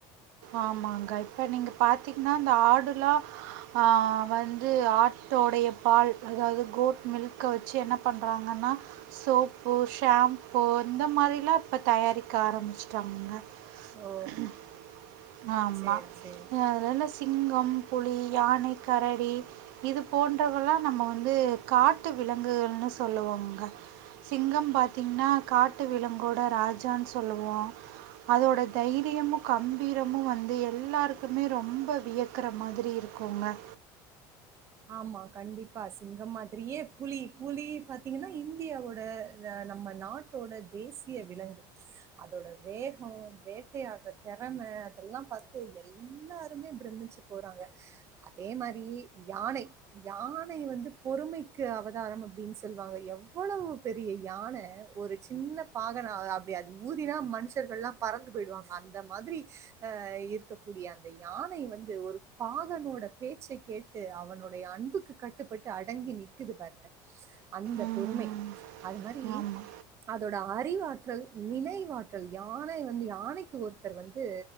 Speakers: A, on the right; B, on the right.
A: ஆமாங்க இப்ப நீங்க பாத்தீங்னா இந்த ஆடெலா ஆ வந்து ஆட்டோடய பால் அதாவது கோட் மில்க்க வச்சு என்ன பண்ணறாங்கனா சோப்பு ஷாம்பூ இந்த மாதிரிலா இப்ப தயாரிக்க ஆரம்பிச்சுட்டாங்கங்க
B: ஓ
A: உம் ஆமா
B: சேரி சேரி
A: அதுல சிங்கம் புளி யானை கரடி இது போன்றதெல்லா நம்ம வந்து காட்டு விலங்குகள்னு சொல்லுவோங்க சிங்கம் பாத்தீங்கனா காட்டு விலங்கோட ராஜான்னு சொல்லுவோம அதோட தைரியமு கம் வீரமு வந்து எல்லாருக்குமே ரொம்ப வியக்கற மாரி இருக்குங்க
B: ஆமா கண்டிப்பா கண்டிப்பா சிங்கம் மாதிரியே புலி புலி பாத்தீங்கனா இந்தியாவோட ஆ நம்ம நாட்டோட தேசிய விலங்கு அதோட வேகோ வேட்டையாடுற தெறம அதெல்லா பாத்து எல்லாருமே பிரமிச்சு போறாங்க அதே மாரி யானை யானை வந்து பொறுமைக்கு அவதாரம் அப்டின்னு சொல்லுவாங்க எவ்வளவு பெரிய யான ஒரு சின்ன பாகன அப்டியது ஊதினா மனுஷர்கள்லா பறந்து போயிடுவாங்க அந்த மாதிரி ஆ இருக்ககூடிய அந்த யானே வந்து ஒரு பாகனோட பேச்சை கேட் கேட்டு அவனுடைய அன்புக்கு கட்டுப்பட்டு அடங்கி நிக்குது பாருங்க அந்த
A: ம்.
B: பொறுமை அது மாதிரி
A: ஆமா.
B: அதோட அறிவாற்றல் நினைவாற்றல் யான வந்து யானைக்கு ஒருத்தர் வந்து